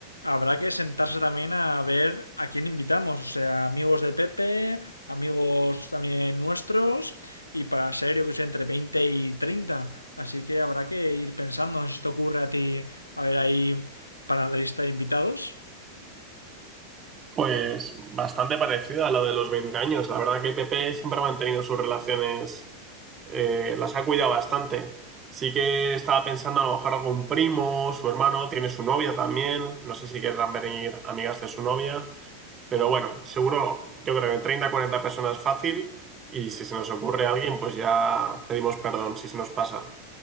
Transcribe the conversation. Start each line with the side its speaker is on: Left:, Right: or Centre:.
Left: Habrá que sentarse también a ver a quién invitamos, o sea, amigos de Pepe, amigos también nuestros y para ser, yo que sé, entre 20 y treinta Así que habrá que ir pensando, no sé si te ocurre a ti, a ver ahí para la lista de invitados.
Right: Pues bastante parecida a la de los 20 años. La verdad que Pepe siempre ha mantenido sus relaciones eh, las ha cuidado bastante. Sí que estaba pensando a lo mejor algún primo, su hermano, tiene su novia también. No sé si querrán venir amigas de su novia. Pero bueno, seguro, yo creo que 30 40 personas fácil. Y si se nos ocurre a alguien, pues ya pedimos perdón si se nos pasa.